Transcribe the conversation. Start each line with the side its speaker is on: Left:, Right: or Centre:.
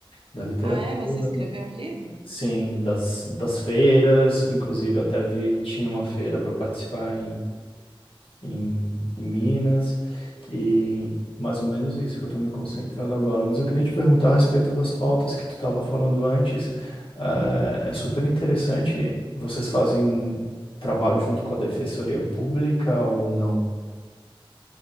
Left: da literatura,
Right: Ah, é? Você escreveu um livro?
Left: sim, das, das feiras. Inclusive até vi que tinha uma feira para participar em, em Minas, e mais ou menos isso que eu estou me concentrando agora. Mas eu queria te perguntar a respeito das pautas que tu estava falando antes. Eh, é super interessante. Vocês fazem trabalho junto com a Defensoria Pública ou não?